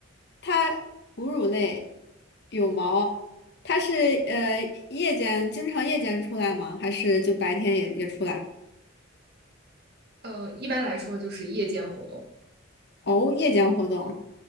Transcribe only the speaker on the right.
<laughs> 呃，一般来说就是夜间活动。